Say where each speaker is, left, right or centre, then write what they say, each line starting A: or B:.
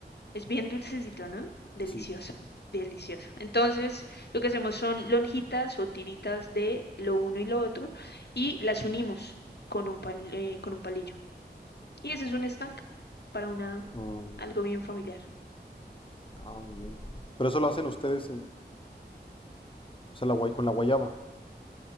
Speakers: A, on the left; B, on the left.
A: Es bien dulcecito, ¿no? Delicioso,
B: Sí.
A: delicioso. Entonces, lo que hacemos son lonjitas o tiritas de lo uno y lo otro y las unimos con un pal- eh, con un palillo. Y ese es un snack para una
B: Mm,
A: algo bien familiar.
B: ah, muy bien. Pero eso lo hacen ustedes en, o sea, la guay, con la guayaba.